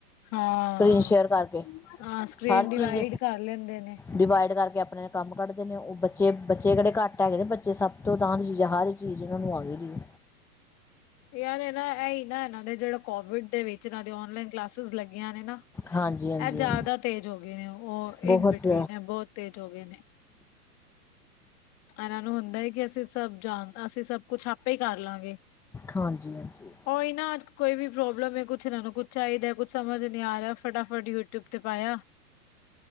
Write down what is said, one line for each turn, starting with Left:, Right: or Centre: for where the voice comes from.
Left: ਹਾਂ
Centre: ਸਕਰੀਨ ਸ਼ੇਅਰ ਕਰਕੇ।
Left: ਹਾਂ ਸਕਰੀਨ
Centre: ਹਰ
Left: ਡਿਵਾਈਡ
Centre: ਚੀਜ਼
Left: ਕਰ ਲੈਂਦੇ ਨੇ।
Centre: ਡਿਵਾਈਡ ਕਰਕੇ ਆਪਣੇ ਕੰਮ ਕੱਢਦੇ ਨੇ, ਉਹ ਬੱਚੇ ਬੱਚੇ ਕਿਹੜੇ ਕੱਟ ਹੈਗੇ ਨੇ ਬੱਚੇ ਸਭ ਤੋਂ ਤਾਂਹ ਦੀ ਚੀਜ਼ ਆ ਹਰ ਚੀਜ਼ ਇਹਨਾਂ ਨੂੰ ਆ ਗਈ ਦੀ ਏ।
Left: ਯਾਰ ਨੇ ਨਾ ਇਹ ਹੀ ਨਾ ਇਹਨਾਂ ਦੇ ਜਿਹੜੇ ਕੋਵਿਡ ਦੇ ਵਿੱਚ ਇਹਨਾਂ ਦੀ ਨਲਾਈਨ ਕਲਾਸਿਸ ਲੱਗੀਆਂ ਨੇ ਨਾ।
Centre: ਹਾਂਜੀ ਹਾਂਜੀ
Left: ਇਹ ਜ਼ਿਆਦਾ ਤੇਜ਼ ਹੋ ਗਏ ਨੇ, ਉਹ
Centre: ਬਹੁਤ
Left: ਇਨ ਬਿਟਵੀਨ ਐ, ਬਹੁਤ ਤੇਜ਼ ਹੋ ਗਏ ਨੇ। ਇਹਨਾਂ ਨੂੰ ਹੁੰਦਾ ਕਿ ਅਸੀਂ ਸੱਭ ਜਾਣ, ਅਸੀਂ ਸੱਭ ਕੁੱਛ ਆਪੇ ਹੀ ਕਰ ਲਵਾਂਗੇ।
Centre: ਹਾਂਜੀ-ਹਾਂਜੀ।
Left: ਉਹੀ ਨਾ ਕੋਈ ਵੀ ਪ੍ਰੋਬਲਮ ਏ, ਕੁੱਛ ਇਹਨਾਂ ਨੂੰ ਕੁੱਛ ਚਾਹੀਦਾ, ਕੁੱਛ ਸਮਝ ਨਹੀਂ ਆ ਰਿਹਾ ਫਟਾਫਟ ਯੂਟਿਊਬ ਤੇ ਪਾਇਆ।